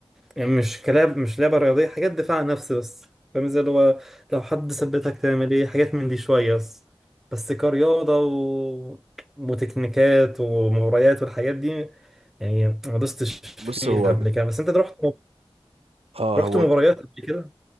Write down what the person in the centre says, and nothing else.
يعني مش كلاب مش لعبة رياضية حاجات دفاع عن نفسي بس فاهم ازاي اللي هو لو حد ثبتك تعمل ايه حاجات من دي شوية بس بس كرياضة و... وتكنيكات ومباريات والحاجات دي يعني ما دوستش فيها
قبل
كده بس انت رحت
رحت
مباريات
قبل كده